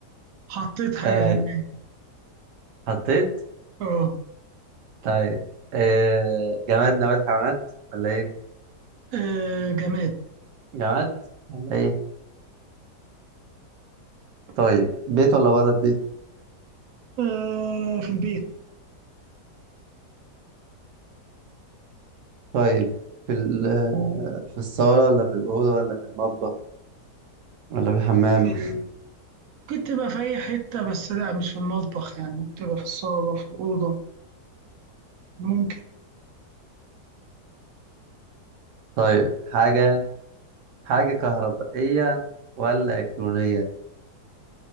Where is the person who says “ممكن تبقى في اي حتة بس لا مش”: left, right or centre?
Right